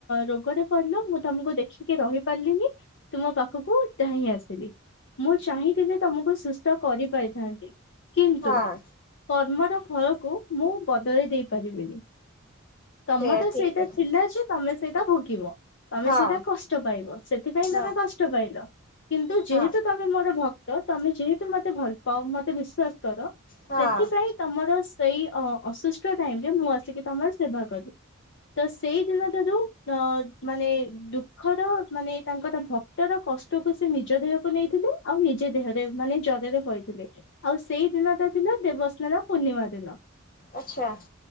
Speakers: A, on the left; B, on the left.
A: ରୋଗରେ ପଡିଲ ମୁଁ ତମକୁ ଦେଖିକି ରହି ପାରିଲିନି। ତୁମ ପାଖକୁ ଧାଇଁ ଆସିଲି। ମୁଁ ଚାହିଁଥିଲେ ତମକୁ ସୁସ୍ଥ କରିପାରିଥାନ୍ତି। କିନ୍ତୁ
B: ହଁ
A: କର୍ମର ଫଳକୁ ମୁଁ ବଦଳାଇ ଦେଇ ପାରିବିନି। ତମ
B: ସେଇଆ
A: ଟା
B: ଠିକ
A: ସେଇଟା
B: କଥା
A: ଥିଲା ଯେ ତମେ ସେଇଟା ଭୋଗିବ । ତମେ
B: ହଁ
A: ସେଟା କଷ୍ଟ ପାଇବ ସେଥିପାଇଁ ତମେ
B: ହଁ
A: କଷ୍ଟ ପାଇଲ କିନ୍ତୁ ଯେହେତୁ
B: ହଁ
A: ତମେ ମୋର ଭକ୍ ତ ତମେ ଯେହେତୁ ମତେ ଭଲ ପାଅ ମତେ ବିଶ୍ଵାସ କର
B: ହଁ
A: ସେଥିପାଇଁ ତମର । ସେଇ ଅ ଅସୁସ୍ଥ ଟାଇମ ରେ ମୁଁ ଆସିକି ତମର ସେବା କଲି । ତ ସେଇଦିନ ତ ଯୋଉ ଅ । ମାନେ ଦୁଃଖର ମାନେ ତାଙ୍କର ଭକ୍ତର କଷ୍ଟକୁ ସେ ନିଜ ଦେହକୁ ନେଇଥିଲେ ଆଉ ନିଜ । ଦେହରେ ମାନେ ଜରରେ ପଡିଥିଲେ ଆଉ ସେଇ ଦିନଟା ଥିଲା ଦେବ । ସାନ ପୂର୍ଣ୍ଣିମା ଦିନ
B: ଆଚ୍ଛା